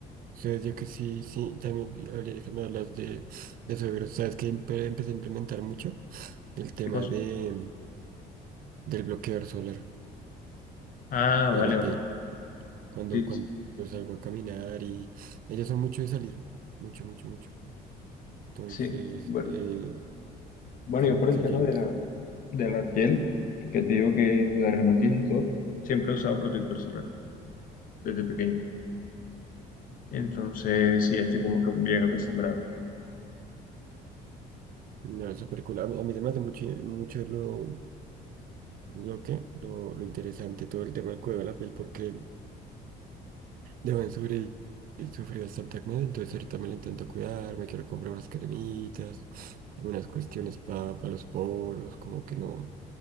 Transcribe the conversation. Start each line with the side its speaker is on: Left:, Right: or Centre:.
Right: ¿Sabes? Yo que sí, sí, también hablé de que me hablas de, de suegros. ¿Sabes que empecé a implementar mucho? El tema
Left: ¿Qué cosa?
Right: de, del bloqueador solar.
Left: Ah,
Right: para
Left: vale,
Right: la
Left: vale.
Right: piel. Cuando,
Left: Sí,
Right: cuando
Left: sí.
Right: salgo a caminar y ellas son mucho de salir, mucho, mucho, mucho. Entonces,
Left: Sí, bueno,
Right: eh,
Left: bueno,
Right: como
Left: yo por
Right: que
Left: el tema
Right: jeans,
Left: de la, de la piel, que te digo que de la dermatitis y todo, siempre he usado protector solar desde pequeño. Entonces, sí, estoy como que bien acostumbrado.
Right: no, súper cool. A mí, a mí se me hace mucho, mucho lo, lo que, lo, lo interesante, todo el tema del cuidado de la piel, porque deben sufrir, sufrir bastante acné, entonces ahorita me lo intento cuidar, me quiero comprar unas cremitas, unas cuestiones para los poros, como que no.